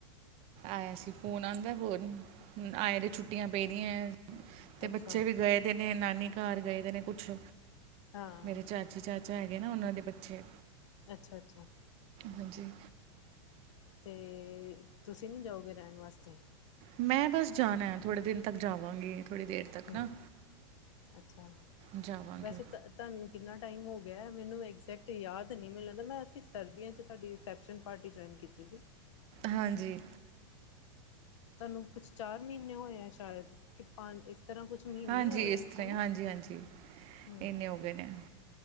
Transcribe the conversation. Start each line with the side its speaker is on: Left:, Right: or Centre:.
Right: ਆਏ ਸੀ ਫੋਨ ਆਉਂਦਾ ਹੋਰ ਆਏ ਦੇ ਛੁੱਟੀਆਂ ਪੈਂਦੀਆਂ ਹੈ। ਤੇ
Left: ਅੱਛਾ
Right: ਬੱਚੇ ਵੀ ਗਏ ਦੇ ਨੇ ਨਾਨੀ ਘਰ ਗਏ ਦੇ ਨੇ ਕੁਛ
Left: ਹਾਂ
Right: ਮੇਰੇ ਚਾਚੇ ਚਾਚਾ ਹੈਗੇ ਨਾ ਉਹਨਾਂ ਦੇ ਬੱਚੇ
Left: ਅੱਛਾ -ਅੱਛਾ।
Right: ਹਾਂਜੀ
Left: ਤੇ ਤੁਸੀਂ ਨੀ ਜਾਓਗੇ ਰਹਿਣ ਵਾਸਤੇ
Right: ਮੈਂ ਬਸ ਜਾਣਾ ਥੋੜੇ ਦਿਨ ਤੱਕ ਜਾਵਾਂਗੀ ਥੋੜੀ ਦੇਰ ਤੱਕ
Left: ਹੂ
Right: ਨਾ
Left: ਅੱਛਾ
Right: ਜਾਵਾਂਗੀ
Left: ਵੈਸੇ ਤਾਂ ਤੁਹਾਨੂੰ ਕਿੰਨਾ ਟਾਈਮ ਹੋ ਗਿਆ ਮੈਨੂੰ ਐਗਜੈਕਟ ਯਾਦ ਨਹੀਂ ਮੈਨੂੰ ਲੱਗਦਾ ਮੈਂ ਅਸੀਂ ਸਰਦੀਆਂ ਚ ਤੁਹਾਡੀ ਰਿਸੈਪਸ਼ਨ ਪਾਰਟੀ ਜੁਆਇਨ ਕੀਤੀ ਸੀ।
Right: ਹਾਂਜੀ
Left: ਤੁਹਾਨੂੰ ਕੁਛ ਚਾਰ ਮਹੀਨੇ ਹੋਏ ਆ ਸ਼ਾਇਦ ਕਿ ਪੰਜ ਇਸ ਤਰ੍ਹਾਂ ਕੁਛ ਮਹੀਨੇ
Right: ਹਾਂਜੀ
Left: ਹੀ ਹੋਏ
Right: ਇਸ
Left: ਹੈ
Right: ਤਰ੍ਹਾਂ
Left: ਹਨਾ।
Right: ਹਾਂਜੀ ਹਾਂਜੀ
Left: ਹੂੰ
Right: ਇੰਨੇ ਹੋ ਗਏ ਨੇ